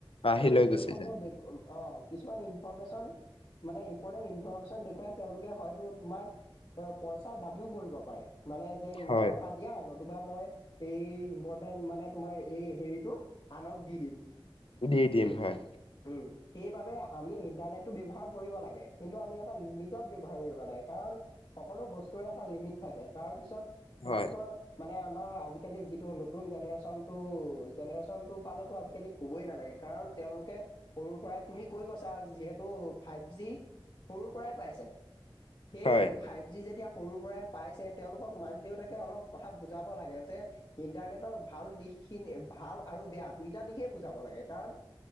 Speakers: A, on the left; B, on the left.
A: আহি
B: আৰু
A: লৈ
B: সেইসমূহ
A: গুচি যায়
B: অঁ কিছুমান ইনফৰমেচন মানে ইম্পৰ্টেণ্ট ইনফৰ্মেশ্যন দেখুৱাই তেওঁলোকে হয়তো তোমাক পইচাৰ দাবীও কৰিব পাৰে মানে যে ইমান
A: হয়
B: টকা দিয়া নতুবা মই এই ইম্প ৰ্টেম মানে তোমাৰ এই হেৰিটো আনক দি দিম।
A: দি দিম হয়।
B: উম! সেইবাবে আমি ইণ্টাৰনেটটো ব্যৱহাৰ কৰিব লাগে, কিন্তু আমি এটা লিমিটত ব্যৱহাৰ কৰিব লাগে, কাৰণ সকলো বস্তুৰে এটা লিমিট থাকে, তাৰ পিছত তোমালোকৰ
A: হয়
B: মানে আমাৰ আজিকালি যিটো নতুন জেনেৰেচনটো, জেনেৰেচনটো পালে আজিকালি ক'বই নালাগে, কাৰণ তেওঁলোকে সৰুৰ পৰাই তুমি কৈ গৈছা, যিহেতু ফাইভজি সৰুৰ পৰাই পাইছে। সেই
A: হয়
B: ফাইভজি যেতিয়া সৰুৰ পৰাই পাইছে। তেওঁলোকক মাক-দেউতাকে অলপ কথা বুজাব লাগে, যে ইণ্টাৰনেটৰ ভাল দিশ খিনি, ভাল আৰু বেয়া দুইটা দিশেই বুজাব লাগে, কাৰণ